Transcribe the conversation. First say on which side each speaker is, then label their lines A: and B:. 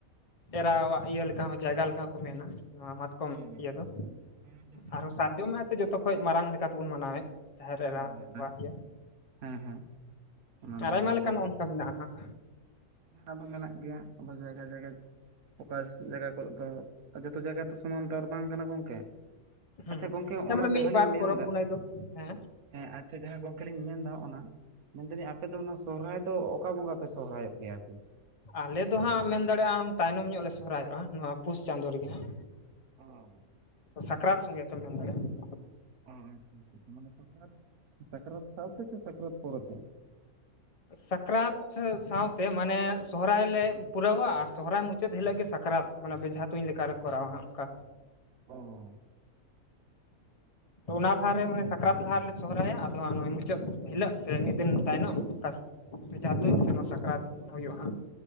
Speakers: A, on the left; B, on the right.
A: ᱮᱨᱟᱣᱟᱜ ᱤᱭᱟᱹ ᱞᱮᱠᱟ ᱦᱚᱸ ᱡᱟᱭᱜᱟ ᱞᱮᱠᱟ ᱠᱚ ᱦᱚᱸ ᱢᱮᱱᱟ ᱱᱚᱣᱟ ᱢᱟᱛᱠᱚᱢ
B: ᱢᱮᱱᱟᱠᱚ
A: ᱤᱭᱟᱹ ᱫᱚ
B: ᱦᱮᱸ ᱡᱟᱦᱟᱸ
A: ᱟᱨᱦᱚ ᱡᱚᱢᱟᱭ ᱛᱮ ᱡᱚᱛᱚ ᱠᱷᱚᱡ ᱢᱟᱨᱟᱝ ᱞᱮᱠᱟ ᱞᱮᱠᱟ ᱛᱮᱵᱚᱱ ᱢᱟᱱᱟᱣᱮᱫ ᱡᱟᱦᱮᱨ
B: ᱢᱟᱱᱟᱣᱮᱫᱟ
A: ᱮᱨᱟ ᱠᱚᱣᱟᱜ ᱜᱮ
B: ᱦᱮᱸ ᱦᱮᱸ ᱚᱱᱟ ᱫᱚ
A: ᱟᱨ ᱟᱭᱢᱟ ᱞᱮᱠᱟᱱ
B: ᱫᱚ
A: ᱚᱱᱠᱟ ᱢᱮᱱᱟᱜᱼᱟ ᱦᱟᱸᱜ
B: ᱦᱮᱸ ᱟᱵᱚ ᱢᱮᱱᱟᱜ ᱜᱮᱭᱟ ᱟᱵᱚ ᱡᱟᱭᱜᱟ ᱡᱟᱭᱜᱟ ᱚᱠᱟ ᱡᱟᱭᱜᱟ ᱠᱚᱨᱮ ᱫᱚ ᱡᱚᱛᱚ ᱡᱟᱭᱜᱟ ᱛᱚ ᱥᱚᱢᱟᱱ ᱛᱚ ᱟᱨ ᱵᱟᱝ ᱠᱟᱱᱟ ᱜᱚᱝᱠᱮ
A: ᱦᱩᱸ
B: ᱟᱪᱪᱷᱟ ᱜᱚᱝᱠᱮ ᱦᱚᱸᱜ
A: ᱛᱟᱨ
B: ᱚᱱᱟ
A: ᱢᱟᱱᱮ
B: ᱡᱟᱦᱟᱸ
A: ᱢᱤᱫ ᱵᱟᱨ
B: ᱞᱤᱧ ᱢᱮᱱᱫᱟ
A: ᱯᱚᱨᱚᱵᱽ ᱯᱩᱱᱟᱹᱭ ᱫᱚ ᱦᱮᱸ
B: ᱦᱮᱸ ᱟᱪᱪᱷᱟ ᱡᱟᱦᱟᱸ ᱜᱚᱝᱠᱮ ᱞᱤᱧ ᱢᱮᱱᱫᱟ ᱚᱱᱟ ᱢᱮᱱ ᱫᱟᱞᱤᱧ ᱟᱯᱮ ᱫᱚ ᱚᱱᱟ ᱥᱚᱦᱨᱟᱭ ᱫᱚ ᱚᱠᱟ ᱵᱚᱸᱜᱟ ᱯᱮ ᱥᱚᱦᱨᱟᱭᱚᱜᱼᱟ ᱜᱮᱭᱟ ᱟᱨᱠᱤ
A: ᱟᱞᱮ ᱫᱚ ᱦᱟᱸᱜ ᱢᱮᱱ ᱫᱟᱲᱮᱭᱟᱜᱼᱟ ᱟᱢ ᱛᱟᱭᱱᱚᱢ ᱧᱚᱜ ᱞᱮ ᱥᱚᱦᱨᱟᱭᱚᱜᱼᱟ ᱱᱚᱣᱟ ᱯᱩᱥ ᱪᱟᱸᱫᱳ ᱨᱮᱜᱮ ᱦᱟᱸᱜ
B: ᱚ
A: ᱥᱠᱨᱟᱛ ᱥᱚᱝᱜᱮ ᱛᱮᱢ ᱡᱚᱢ ᱫᱟᱲᱮᱭᱟᱜ-ᱟ
B: ᱚ ᱢᱟᱱᱮ ᱥᱟᱠᱨᱟᱛ ᱥᱟᱠᱨᱟᱛ ᱥᱟᱶ ᱛᱮ ᱥᱮ ᱥᱟᱠᱨᱟᱛ ᱯᱚᱨᱮᱛᱮ
A: ᱥᱟᱠᱨᱟᱛ <unintelligible> ᱥᱟᱶᱛᱮ ᱢᱟᱱᱮ ᱥᱚᱦᱨᱟᱭ ᱞᱮ ᱯᱩᱨᱟᱹᱣᱟ ᱥᱚᱦᱚᱨᱟᱭ ᱢᱩᱪᱟᱹᱫ ᱦᱤᱞᱟᱹᱜ ᱜᱮ ᱥᱟᱠᱨᱟᱛ᱾ ᱢᱟᱱᱮ ᱵᱮᱡᱷᱟ ᱛᱩᱧ ᱞᱮᱠᱟᱨᱮ ᱠᱚᱨᱟᱣᱟ ᱦᱟᱜ ᱚᱝᱠᱟ᱾
B: ᱚ
A: ᱛᱚ ᱚᱱᱟ ᱞᱟᱦᱟᱨᱮ ᱢᱟᱱᱮ ᱥᱟᱠ ᱠᱟᱨᱟᱛ ᱞᱟᱦᱟ ᱨᱮᱞᱮ ᱥᱚᱦᱚᱨᱟᱭᱟ ᱟᱫᱚ ᱦᱟᱸᱜ ᱱᱚᱜᱚᱭ ᱢᱩᱪᱟᱹᱫ ᱦᱤᱞᱳᱜ ᱥᱮ ᱢᱤᱫ ᱫᱤᱱ ᱛᱟᱭᱱᱚᱢ᱾ ᱵᱷᱮᱡᱟ ᱛᱩᱧ ᱥᱮ ᱱᱚᱣᱟ ᱥᱟᱠᱨᱟᱛ ᱦᱳᱭᱳᱜᱼᱟ ᱦᱟᱸᱜ᱾